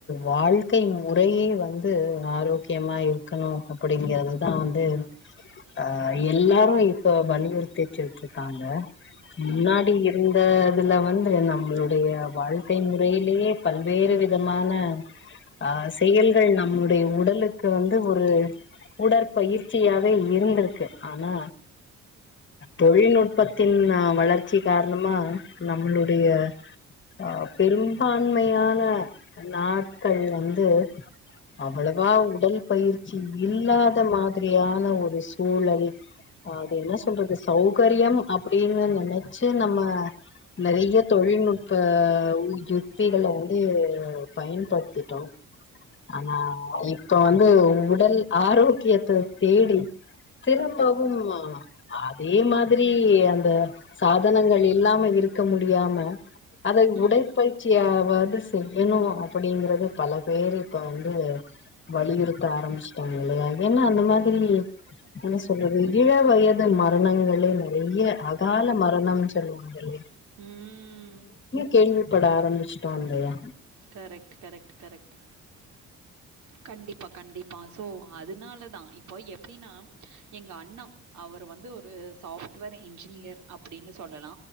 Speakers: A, on the left; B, on the right.
A: வாழ்க்கை முறையே வந்து ஆரோக்கியமா இருக்கணு அப்படிங்கறதுதா வந்து அ எல்லோரு இப்ப வலியுறுத்திச்சுட்ருக்காங்க முன்னாடி
B: ம்
A: இருந்த இதுல வந்து நம்ளோட டைய வாழ்க்கை முறையிலேயே பல்வேறு விதமான ஆ செயல்கள் நம்மமுடைய உடலுக்கு வந்து ஒரு உடற்பயிற்சியாவே இருந்திருக்கு ஆனா தொழில்நுட்பத்தின் அ வளர்ச்சி காரணமா நம்முளுடைய அ பெரும்பான்மையான நாட்கள் வந்து அவ்வளவா உடல் பயிற்சி இல்லாத மாதிரியான ஒரு சூழல் அது என்ன சொல்றது சௌகர்யம் அப்டின்னு நெனச்சு நம்ம நெறைய தொழில்நுட் ப்ப யுத்திகள வந்து பயன்படுத்திட்டோ ஆனா இப்ப வந்து உடல் ஆரோக்கியத்த தேடி திரும்பவும் அதே மாதிரி அந்த சாதனங்கள் இல்லாம இருக்க முடியாம அதை
B: ம்
A: உடப்பயிற் சியாவது செய்யணு அப்படிங்கறது பல பேரு இப்ப வந்து வலியுறுத்த ஆரம்பிச்சட்டாங்க இல்லையா ஏன்னா அந்த மாதிரி என்ன சொல்றது இள வயது மரணங்களே நறைய அகால மரணம் சொல்லுவாங்க ங்களே
B: ம்
A: கேள்விப்பட ஆரம்ச்சுட்டோ இல்லையா
B: கரெக்ட் கரெக்ட் கரெக்ட் கண்டிப்பா கண்டிப்பா சோ அதுனால தா இப்போ எப்டின்னா எங்க அண்ணா அவர் வந்து ஒரு சாஃப்ட்வேர் என்ஜினியர் அப்டின்னு சொல்லலா